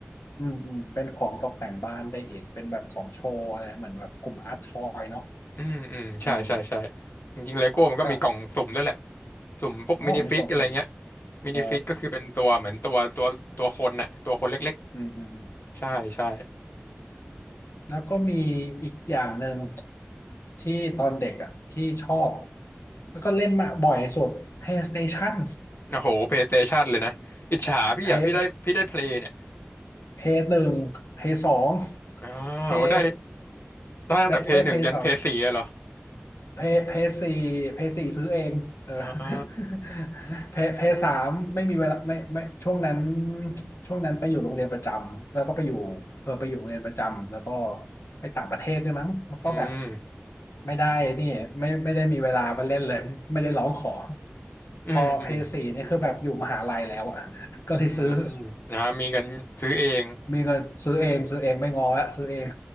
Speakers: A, on the left; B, on the left.
A: อืมอืมเป็นของตกแต่งบ้านได้อีกเป็นแบบของโชว์อะไรเหมือนแบบกลุ่มอาร์ตทอยเนาะ
B: อืมอืมใช่ใช่ใช่
A: อืม
B: จริงๆเลโก้มันก็มีกล่องสุ่มด้วยแหละ
A: กับ
B: สุ่มพวกมินิฟิกอะไรเงี้ย
A: อ๋อมีกล่องสุ่ม
B: มินิฟิกก็คือเป็นตัวเหมือนตัวตัวตัวคนน่ะตัวคนเล็ก
A: โอ้อืมอืมอืม
B: ๆใช่ใช่
A: แล้วก็มีอีกอย่างหนึ่งที่ตอนเด็กอ่ะที่ชอบแล้วก็เล่นมาบ่อยสุด PlayStation
B: โอ้โหเพลย์สเตชันเลยนะอิจฉาพี่อ่ะพี่ได้พี่ได้เพลย์เนี่ย
A: เพย์เพย์หนึ่งเพย์สอง
B: อ่าโอ้ได้
A: เพย์
B: ได้ตั้งแต่เพลย์หนึ่งยันเพลย์สี่อะเหรอ
A: ได้ได้เพย์สอง เพเพสี่เพสี่ซื้อเองเออ
B: อ่า
A: <laughs> เพเพสามไม่มีเวลาไม่ไม่ช่วงนั้นช่วงนั้นไปอยู่โรงเรียนประจำแล้วก็ไปอยู่เออไปอยู่โรงเรียนประจำแล้วก็ไปต่างประเทศด้วยมั้งมันก็แบบ
B: อืม
A: ไม่ได้นี่ไม่ไม่ได้มีเวลามาเล่นเลยไม่ได้ร้องขอ
B: อืมอืม
A: พอเพสี่นี่คือแบบอยู่มหาลัยแล้วอะ <laughs> ก็เลยซื้อ
B: อืมนะมีกันซื้อเอง
A: มีเงินซื้อเองซื้อเองไม่งอละซื้อเอง